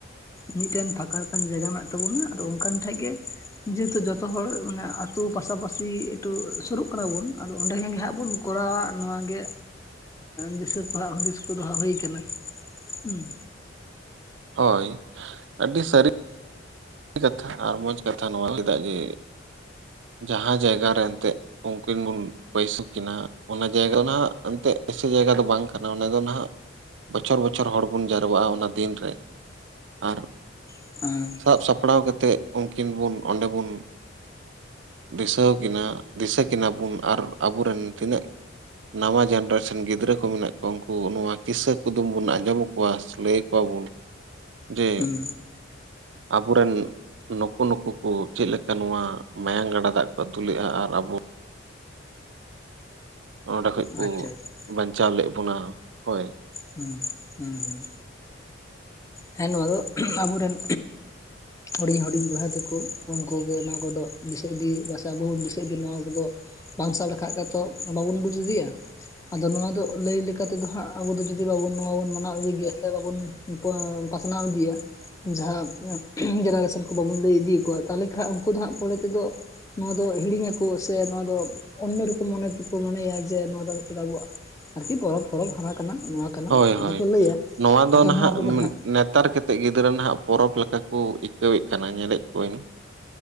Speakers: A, on the left; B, on the right.
A: ᱢᱤᱫᱴᱮᱱ ᱯᱷᱟᱸᱠᱟ ᱞᱮᱠᱟᱱ ᱡᱟᱭᱜᱟ ᱢᱮᱱᱟᱜ ᱛᱟᱵᱚᱱᱟ ᱟᱫᱚ ᱚᱱᱠᱟᱱ ᱴᱷᱮ‌ᱜ ᱜᱮ ᱡᱮᱦᱮᱛᱩ ᱡᱚᱛᱚᱦᱚᱲ ᱢᱟᱱᱮ ᱟᱛᱩ ᱯᱟᱥᱟᱯᱟᱥᱤ ᱮᱠᱴᱩ ᱥᱩᱨᱩᱜ ᱠᱟᱱᱟᱵᱚᱱ ᱟᱫᱚ ᱚᱱᱰᱮᱜᱮ ᱦᱟᱸᱜ ᱵᱚᱱ ᱠᱚᱨᱟᱣᱟᱜ ᱱᱚᱣᱟᱣᱟ ᱜᱮ ᱫᱤᱥᱟᱹ ᱯᱟᱲᱦᱟ ᱦᱩᱫᱤᱥ ᱠᱚᱫᱚ ᱦᱟᱜ ᱦᱩᱭ ᱠᱟᱱᱟ ᱦᱩᱸ
B: ᱦᱳᱭ ᱟᱹᱰᱤ ᱥᱟᱹᱨᱤ ᱠᱟᱛᱷᱟ ᱟᱨ ᱢᱚᱡᱽ ᱠᱟᱛᱷᱟ ᱱᱚᱣᱟ ᱞᱮᱫᱟ ᱡᱮ ᱡᱟᱦᱟᱸ ᱡᱟᱭᱜᱟ ᱨᱮ ᱮᱱᱛᱮ ᱩᱱᱠᱤᱱ ᱵᱚᱱ ᱵᱟᱹᱭᱥᱩ ᱠᱤᱱᱟᱹ ᱚᱱᱟ ᱡᱟᱭᱜᱟ ᱫᱚ ᱱᱟᱦᱜ ᱮᱱᱛᱜ ᱮᱥᱮ ᱡᱟᱭᱜᱟ ᱫᱚ ᱵᱟᱝ ᱠᱟᱱᱟ ᱚᱰᱮ ᱫᱚ ᱦᱱᱟᱜ ᱵᱚᱪᱷᱚᱨ ᱵᱚᱪᱷᱚᱨ ᱦᱚᱲ ᱵᱚᱱ ᱡᱟᱨᱣᱟᱜᱼᱟ ᱚᱱᱟ ᱫᱤᱱ ᱨᱮ ᱟᱨ
A: <unintelligible>
B: ᱥᱟᱵ ᱥᱟᱯᱲᱟᱣ ᱠᱟᱛᱮᱜ ᱩᱱᱠᱤᱱ ᱵᱚᱱ ᱚᱸᱰᱮ ᱵᱚᱱ ᱫᱤᱥᱟᱹ ᱠᱤᱱᱟ ᱫᱤᱥᱟᱹ ᱠᱤᱱᱟ ᱵᱚᱱ ᱟᱨ ᱟᱵᱚ ᱨᱮᱱ ᱛᱤᱱᱟᱹᱜ ᱱᱟᱣᱟ ᱡᱮᱱᱟᱨᱮᱥᱚᱱ ᱜᱤᱫᱽᱨᱟᱹ ᱠᱚ ᱢᱮᱱᱟᱜ ᱠᱚᱣᱟ ᱩᱱᱠᱩ ᱱᱚᱣᱟ ᱠᱤᱥᱟᱹ ᱠᱩᱫᱩᱢ ᱵᱚᱱ ᱟᱸᱡᱚᱢ ᱠᱚᱣᱟ ᱥᱮ ᱞᱟᱹᱭ ᱵᱟᱵᱚᱱ ᱡᱮ
A: ᱦᱩᱸ
B: ᱟᱵᱚ ᱨᱮᱱ ᱱᱩᱠᱩ ᱱᱩᱠᱩ ᱠᱚ ᱪᱮᱫ ᱞᱮᱠᱟ ᱱᱚᱣᱟ ᱢᱟᱭᱟᱝ ᱜᱟᱰᱟ ᱫᱟᱜ ᱠᱚ ᱟᱛᱩ ᱞᱮᱜᱼᱟ ᱟᱨ ᱟᱵᱚ ᱚᱸᱰᱮ ᱠᱷᱚᱡ ᱠᱚ
A: ᱟᱪᱪᱷᱟ ᱟᱪᱪᱷᱟ
B: ᱵᱟᱧᱪᱟᱣ ᱞᱮᱫ ᱵᱚᱱᱟ ᱦᱳᱭ
A: ᱦᱩᱸ ᱦᱩᱸ ᱦᱩᱸ ᱦᱮᱸ ᱱᱚᱣᱟ ᱫᱚ ᱟᱵᱚ ᱨᱮᱱ ᱦᱩᱰᱤᱧ ᱦᱩᱰᱤᱧ ᱵᱚᱭᱦᱟ ᱛᱟᱠᱚ ᱩᱱᱠᱩ ᱜᱮ ᱱᱚᱣᱟ ᱠᱚᱫᱚ ᱫᱤᱥᱟᱹ ᱤᱫᱤ ᱵᱟᱥᱮ ᱟᱵᱚ ᱵᱚ ᱫᱤᱥᱟᱹ ᱤᱫᱤ ᱱᱚᱣᱟ ᱠᱚᱫᱚ ᱵᱟᱝ ᱥᱟᱵ ᱞᱮᱠᱷᱟ ᱜᱮ ᱛᱚ ᱵᱟᱵᱚᱱ ᱵᱩᱡ ᱤᱫᱤᱭᱟ ᱟᱫᱚ ᱱᱚᱣᱟ ᱫᱚ ᱞᱟᱹᱭ ᱞᱮᱠᱟ ᱛᱮ ᱫᱚ ᱦᱟᱸᱜ ᱟᱵᱚ ᱫᱚ ᱡᱩᱫᱤ ᱵᱟᱵᱚᱱ ᱢᱟᱱᱟᱣ ᱤᱫᱤ ᱜᱮᱭᱟ ᱥᱮ ᱵᱟᱵᱚᱱ ᱯᱟᱥᱱᱟᱣ ᱤᱫᱤᱭᱟ ᱡᱟᱦᱟᱸ ᱡᱮᱱᱟᱨᱮᱥᱚᱱ ᱠᱚ ᱵᱟᱵᱚᱱ ᱞᱟᱹᱭ ᱤᱫᱤ ᱟᱠᱚᱣᱟ ᱛᱟᱦᱚᱞᱮ ᱠᱷᱟᱱ ᱩᱱᱠᱩ ᱫᱚ ᱦᱟᱸᱜ ᱯᱚᱨᱮ ᱛᱮᱫᱚ ᱱᱚᱣᱟ ᱫᱚ ᱦᱤᱲᱤᱧᱟ ᱠᱚ ᱥᱮ ᱱᱚᱣᱟ ᱫᱚ ᱚᱱᱱᱚ ᱨᱚᱠᱚᱢ ᱢᱚᱱᱮ ᱛᱮᱠᱚ ᱢᱚᱱᱮᱭᱟ ᱡᱮ ᱱᱚᱣᱟ ᱫᱚ ᱢᱤᱫᱴᱮᱱ ᱟᱵᱚᱣᱟᱜ ᱟᱨᱠᱤ ᱯᱚᱨᱚᱵᱽ ᱦᱚᱨᱚᱵᱽ ᱦᱟᱱᱟ ᱠᱟᱱᱟ ᱱᱚᱣᱟ ᱠᱟᱱᱟ
B: ᱦᱳᱭ
A: ᱟᱫᱚ
B: ᱦᱳᱭ
A: ᱠᱚ ᱞᱟᱹᱭᱟ
B: ᱱᱚᱣᱟ ᱫᱚ
A: ᱟᱫᱚ
B: ᱱᱟᱦᱟᱜ
A: ᱱᱚᱣᱟ ᱠᱚ ᱫᱚ ᱦᱟᱸᱜ
B: ᱱᱮᱛᱟᱨ ᱠᱟᱴᱤᱡ ᱜᱤᱫᱽᱨᱟᱹ ᱱᱟᱦᱟᱜ ᱯᱚᱨᱚᱵᱽ ᱞᱮᱠᱟ ᱠᱚ ᱟᱹᱭᱠᱟᱹᱣᱮᱫ ᱠᱟᱱᱟ ᱧᱮᱞᱮᱫ ᱠᱚᱣᱟᱹᱧ